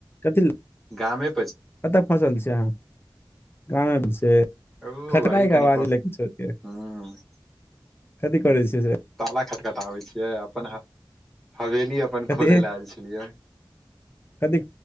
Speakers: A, on the left; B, in the centre.
A: कथी लए
B: गामे
A: कतऽ फँसल छियै अहाँ गामे मे छी से
B: ओ
A: खटनाइ
B: अही
A: के
B: कनि
A: आवाज
B: प
A: लगै छैय से
B: ह
A: कथी करय छियै से
B: ताला खटखटाबै छियै अपन हवे-हवेली अपन
A: कथी
B: खोजै लय आयल छलियै
A: कथी